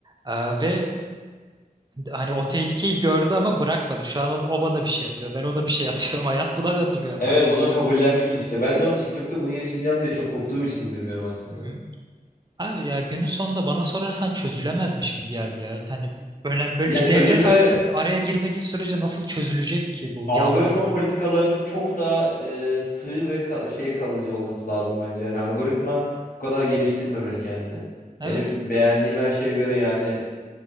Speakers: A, on the right; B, on the left.
A: Ee, ve Hani o tehlikeyi gördü ama bırakmadı. Şu an o, o bana bir şey atıyor. Ben ona bir şey atıyorum. <laughs> Hayat buna döndü bir anda.
B: Evet buna kabullenmiş işte. Ben de o TikTok'ta bunu yaşayacağım diye çok korktuğum için indirmiyorum aslında.
A: Hı-hı. Abi ya günün sonunda bana sorarsan çözülemezmiş gibi geldi ya. Hani önemli böyle
B: Ya
A: bir
B: çözülme
A: devlet artık araya girmediği sürece nasıl çözülecek ki bu
B: algoritma
A: yalnızlık?
B: politikalarının çok daha e, sığ ve ka- şey kalıcı olması lazım bence. Yani algoritma bu kadar geliştirmemeli kendini.
A: Evet.
B: Benim beğendiğim her şeye göre yani